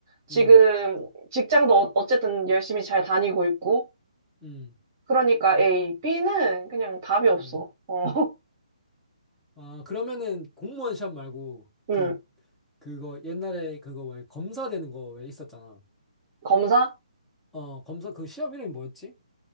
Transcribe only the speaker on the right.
지금
직장도 어- 어쨌든 열심히 잘 다니고 있고,
그러니까 A, B는 그냥 답이 없어.
어, <laughs>
음,
검사?